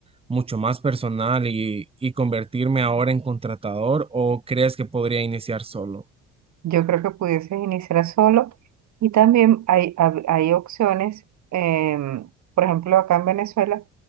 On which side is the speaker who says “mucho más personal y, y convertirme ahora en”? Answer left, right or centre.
Right